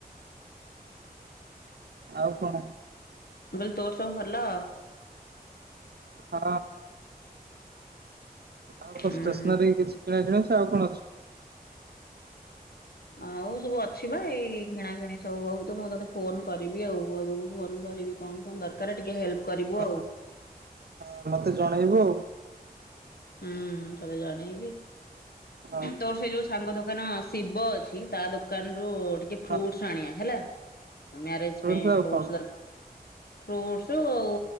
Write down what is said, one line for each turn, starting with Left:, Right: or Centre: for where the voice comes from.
Right: ଆଉ କଣ?
Left: ମୁଁ କହିଲି ତୋର ସବୁ ଭଲ?
Right: ହଁ ଆଉ ଷ୍ଟେସନାରୀ
Left: ଉଁ ହୁଁ।
Right: କିଛି କିଣା କିିଣି ଅଛି ଆଉ କଣ ଅଛି?
Left: ଆଉ ସବୁ ଅଛି ବା ଏଇ କିଣା କିିଣି ସବୁ ବହୁତ ମୁଁ ତତେ ଫୋନ୍ କରିବି ଆଉ ଆଗକୁ ଫୋନ୍ କରିବି କଣ କଣ ଦରକାର ଟିକେ ହେଲ୍ପ କରିବୁ
Right: ହଁ
Left: ଆଉ
Right: ହଁ ମତେ ଜଣେଇବୁ ଆଉ?
Left: ହୁଁ ତତେ ଜଣେଇବି
Right: ଆଉ
Left: ତୋର ସେଇ ଯଉ ସାଙ୍ଗ ଦୋକାନ ଶିବ ଅଛି ତା ଦୋକାନରୁୁ ଟି ଟି ଫ୍ରୁଟସ
Right: ହଁ ହଁ
Left: ଆଣିଆ ହେଲା ମ୍ୟାରେଜ
Right: ସେଇଠୁ
Left: ପାଇଁ
Right: ଆଉ
Left: ଫ୍ରୁଟସ
Right: କଣ?
Left: ଦରକା ଫ୍ରୁଟସ ଆଉ